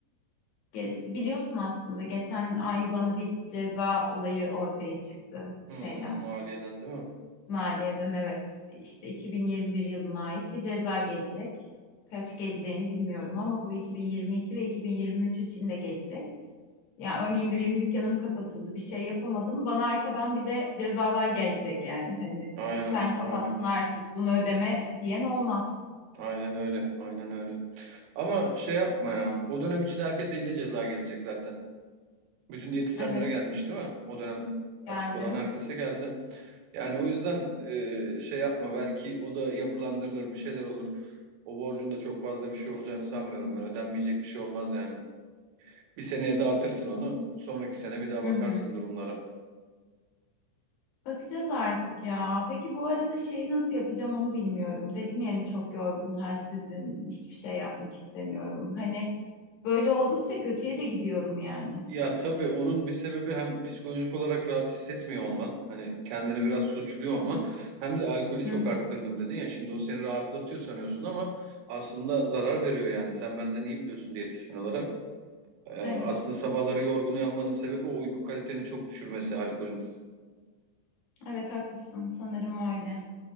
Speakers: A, on the left (about 55°); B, on the right (about 80°).
A: ge- biliyorsun aslında geçen ay bana bir ceza olayı ortaya çıktı şeyden.
B: Hmm, maliyeden değil mi?
A: Maliye'den evet işte 2021 yılına ait bir ceza gelecek. Kaç geleceğini bilmiyorum ama bu 2022 ve 2023 için de gelecek. Yani örneğin benim dükkanım kapatıldı, bir şey yapamadım. Bana arkadan bir de cezalar gelecek yani. Hani
B: Aynen,
A: sen kapattın
B: aynen.
A: artık bunu ödeme diyen olmaz.
B: Aynen öyle, aynen öyle. Ama şey yapma ya. O dönem için herkese yine ceza gelecek zaten. Bütün diyetisyenlere
A: Evet,
B: gelmiş değil mi? O dönem
A: geldi.
B: açık olan herkese geldi. Yani o yüzden e, şey yapma belki o da yapılandırılır bir şeyler olur. O borcun da çok fazla bir şey olacağını sanmıyorum ben. Ödenmeyecek bir şey olmaz yani. Bir seneye dağıtırsın onu. Sonraki sene bir daha
A: Hı
B: bakarsın
A: hı.
B: durumlara.
A: Bakacağız artık ya. Peki bu arada şeyi nasıl yapacağım onu bilmiyorum. Dedim yani çok yorgun, halsizim, hiçbir şey yapmak istemiyorum. Hani böyle oldukça kötüye de gidiyorum yani.
B: Ya tabii onun bir sebebi hem psikolojik olarak rahat hissetmiyor olman. Hani kendini biraz suçluyor olman. Hem de alkolü
A: Hı
B: çok
A: hı.
B: arttırdım dedin ya. Şimdi o seni rahatlatıyor sanıyorsun ama aslında zarar veriyor yani. Sen benden iyi biliyorsun diyetisyen olarak. Ee,
A: Evet,
B: aslında sabahları yorgun uyanmanın sebebi o uyku kaliteni çok düşürmesi alkolün.
A: evet haklısın. Sanırım öyle.